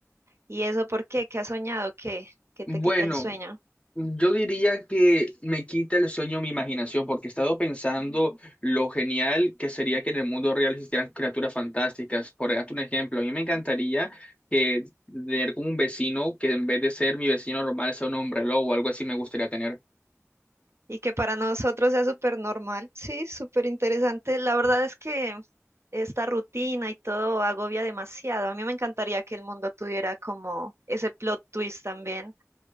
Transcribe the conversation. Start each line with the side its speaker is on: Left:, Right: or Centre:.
Right: ¿Y eso por qué? ¿Qué has soñado? ¿Qué? ¿Qué te
Left: Bueno,
Right: quita el sueño?
Left: yo diría que me quita el sueño mi imaginación porque he estado pensando lo genial que sería que en el mundo real existieran criaturas fantásticas. Por darte un ejemplo, a mí me encantaría que tener como un vecino que en vez de ser mi vecino normal sea un hombre lobo o algo así me gustaría tener.
Right: Y que para nosotros sea súper normal. Sí, súper interesante. La verdad es que esta rutina y todo agobia demasiado. A mí me encantaría que el mundo tuviera como ese plot twist también.